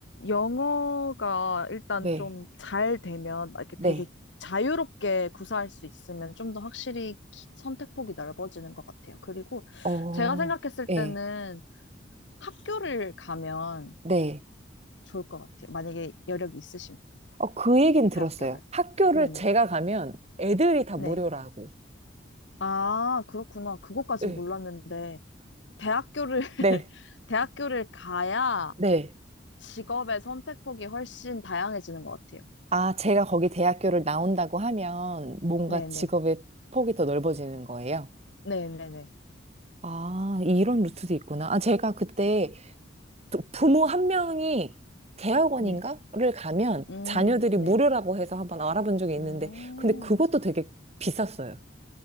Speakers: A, on the left; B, on the right.
A: 영어가 일단
B: 네.
A: 좀 잘 되면, 막 이렇게
B: 네.
A: 되게 자유롭게 구사할 수 있으면 좀 더 확실히 기- 선택폭이 넓어지는 것 같아요. 그리고
B: 어,
A: 제가 생각했을 때는
B: 예,
A: 학교를 가면
B: 네.
A: 좋을 것 같아요. 만약에 여력이 있으시면.
B: 어, 그 얘기는 들었어요.
A: 대학교를.
B: 학교를
A: 네네.
B: 제가 가면 애들이 다
A: 네.
B: 무료라고.
A: 아, 그렇구나. 그것까지
B: 예
A: 몰랐는데, 대학교를, <laughs>
B: 네.
A: 대학교를 가야
B: 네.
A: 직업의 선택폭이 훨씬 다양해지는 것 같아요.
B: 아, 제가 거기 대학교를 나온다고 하면 뭔가
A: 네네.
B: 직업의 폭이 더 넓어지는 거예요.
A: 네네네.
B: 아, 이런 루트도 있구나. 아, 제가 그때 부- 부모 한 명이 대학원인가를
A: 네.
B: 가면
A: 음,
B: 자녀들이
A: 네.
B: 무료라고 해서 한번 알아본 적이 있는데,
A: 어,
B: 근데 그것도 되게 비쌌어요.